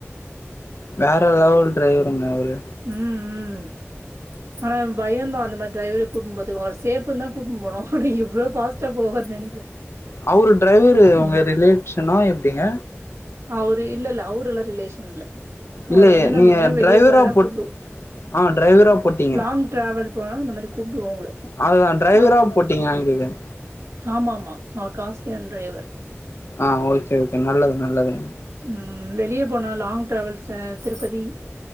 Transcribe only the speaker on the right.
உம். உம் ஆனா பயோந்தா அந்த மாரி டிரைவரு கூட்ன்னு போறதுக்கு அவ சேப்புன்தா கூட்டிட்டு போனோ அப்டிங்கு ஆனா இவ்வளோ பஸ்டா போவார்ன்னு நெனைக்கல.
ம்
அவரு இல்ல இல்ல அவரெல்லா ரிலேஷன் இல்ல.
அவரு வந்து நாங்க
எங்கனா
வெளிய போதுன்னா
கூப்டு
லாங் டிராவல் போனா இந்த மாரி கூப்டுவோ உங்கள
அவரு
ஆமா ஆமா. அவர் காஸ்ட்லியான டிரைவர்
ம் வெளிய போனா லாங் டிராவல் சார். திருப்பதி.